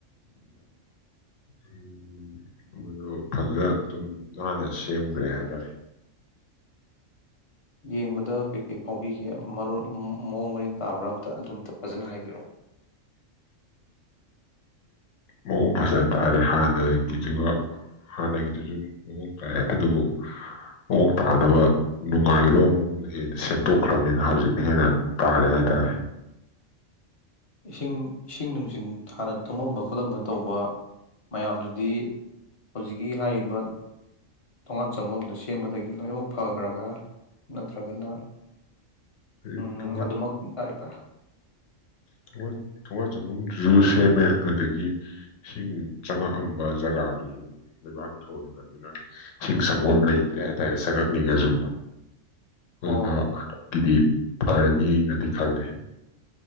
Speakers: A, on the left (about 35°); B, on the left (about 70°).
A: <inaudible>
B: ꯎꯝ, ꯃꯗꯨ ꯐꯖꯅ ꯑꯗꯨꯨꯝ ꯅꯥꯟꯅ ꯁꯦꯝꯈ꯭ꯔꯦ ꯍꯥꯏꯇꯥꯔꯦ
A: ꯌꯦꯡꯕꯗ ꯀꯩꯀꯩ ꯐꯥꯎꯕꯤꯒꯦ ꯃꯑꯣꯡ ꯃꯔꯤꯟ ꯇꯥꯕ꯭ꯔꯥ ꯑꯝꯇ ꯑꯗꯨꯝꯇ ꯐꯖꯅ ꯍꯥꯏꯕꯤꯔꯛꯑꯣ
B: ꯃꯑꯣꯡ ꯐꯖꯅ ꯇꯥꯔꯦ ꯍꯥꯟꯅꯒꯤꯗꯨꯒ ꯍꯥꯟꯅꯒꯤꯗꯨꯁꯨ ꯃꯑꯣꯡ ꯇꯥꯏ ꯑꯗꯨꯕꯨ ꯃꯑꯣꯡ ꯇꯥꯅꯕ ꯅꯨꯡꯉꯥꯏꯒꯗꯕ ꯃꯑꯣꯡꯗ ꯍꯦꯟꯅ ꯁꯦꯝꯗꯣꯛꯈ꯭ꯔꯕꯅꯤꯅ ꯍꯧꯖꯤꯛꯅ ꯍꯦꯟꯅ ꯇꯥꯂꯦ ꯍꯥꯏꯥꯏꯇꯥꯔꯦ
A: ꯏꯁꯤꯡ ꯏꯁꯤꯡ ꯅꯨꯡꯁꯤ ꯊꯥꯅ ꯊꯨꯝꯃꯝꯕ ꯈꯣꯠꯂꯝꯕ ꯇꯧꯕ ꯃꯌꯥꯝꯗꯨꯗꯤ ꯍꯧꯖꯤꯛꯀꯤ ꯍꯥꯏꯔꯤꯕ ꯊꯣꯉꯥꯟ ꯆꯪꯐꯝꯣꯝꯗ ꯁꯤ ꯁꯦꯝꯕꯗꯒꯤ ꯂꯣꯏꯅꯃꯛ ꯐꯈ꯭ꯔꯕ꯭ꯔꯥ ꯅꯠꯇ꯭ꯔꯒꯅ
B: ꯑꯗꯩ
A: ꯎꯝ
B: ꯊꯣꯡꯒꯥꯟ
A: ꯑꯗꯨꯃꯛ ꯌꯥꯔꯤꯕ꯭ꯔꯥ
B: ꯊ ꯊꯣꯡꯉꯜ ꯆꯐꯝꯐꯝꯁꯨ ꯁꯦꯝꯃꯦ ꯑꯗꯨꯗꯒꯤ ꯏꯁꯤꯡ ꯆꯪꯉꯛꯑꯝꯕ ꯖꯒꯥꯗꯨꯁꯨ ꯂꯩꯕꯥꯛ ꯊꯣꯟꯕꯅꯤꯅ ꯏꯁꯤꯡ ꯁꯪꯒꯣꯝ ꯂꯩꯇ꯭ꯔꯦ ꯍꯥꯏꯇꯥꯔꯦ ꯆꯪꯉꯛꯅꯤꯡꯉꯁꯨ ꯑꯗꯨꯅ
A: ꯑꯣ
B: ꯑꯛꯇꯤꯗꯤ ꯐꯔꯅꯤꯅꯗꯤ ꯈꯜꯂꯤ